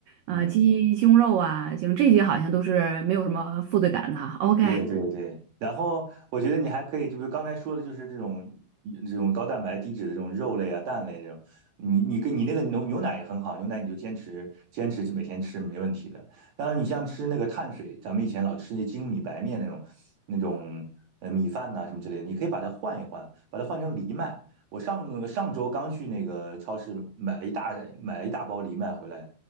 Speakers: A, on the right (about 85°); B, on the right (about 60°).
A: 呃鸡胸肉啊，
B: 嗯。
A: 行，这些好像都是没有什么负罪感的哈。OK，
B: 对对对，然后我觉得你还可以，就比如刚才说的，就是这种呃这种高蛋白、低脂的这种肉类啊、蛋类这种，你你跟你那个牛牛奶也很好，牛奶你就坚持坚持每天吃没问题的。当然后你像吃那个碳水，咱们以前老吃那精米白面那种那种呃米饭呐、什么之类的，你可以把它换一换，把它换成藜麦。我上上周刚去那个超市买了一大买了一大包藜麦回来，